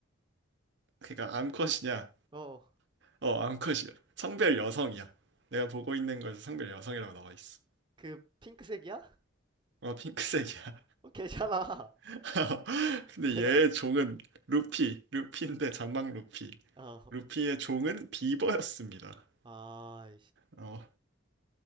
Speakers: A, on the right; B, on the right.
A: 그러니까 암컷이냐?
B: 어, 어.
A: 어, 암컷이야. 성별 여성이야. 내가 보고 있는 거에서 성별 여성이라고 나와 있어.
B: 그 핑크색이야?
A: 어, 핑크색이야.
B: 어, 괜찮아. <laughs>
A: <laughs> 근데
B: 걔가,
A: 얘 종은 루피, 루피인데 잔망 루피.
B: 어,
A: 루피의 종은 비버였습니다.
B: 아,
A: 어,